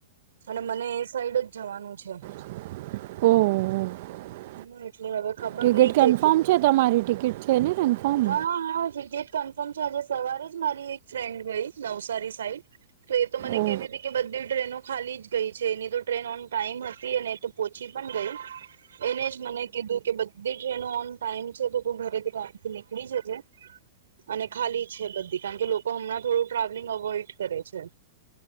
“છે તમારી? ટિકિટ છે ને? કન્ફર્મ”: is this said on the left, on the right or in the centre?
Right